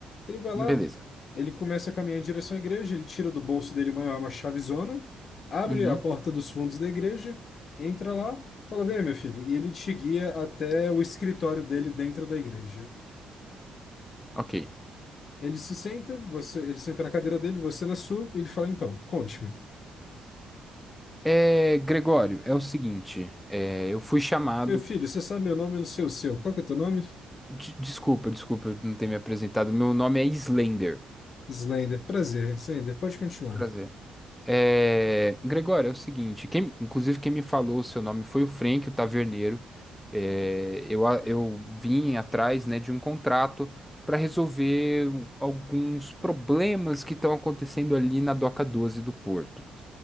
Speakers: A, on the left; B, in the centre.
A: Ele vai
B: Beleza.
A: lá, ele começa a caminhar em direção à igreja, ele tira do bolso dele uma, uma chavezona, abre
B: Uhum,
A: a porta dos fundos da igreja, entra lá, fala: Vem, meu filho. E ele te guia até o escritório dele dentro da igreja.
B: ok.
A: Ele se senta, você, ele senta na cadeira dele, você na sua, e ele fala: Então, conte-me.
B: É, Gregório, é o seguinte, é, eu fui chamado.
A: Meu filho, você sabe meu nome, eu não sei o seu. Qual que é teu nome?
B: De- Desculpa, desculpa eu não ter me apresentado. Meu nome é Slender.
A: Slender. Prazer, Slender. Pode continuar.
B: Prazer. É... Gregório, é o seguinte: quem, inclusive, quem me falou o seu nome foi o Frank, o taverneiro. É, Eu, a- eu vim atrás, né, de um contrato para resolver um- alguns problemas que estão acontecendo ali na Doca doze do Porto.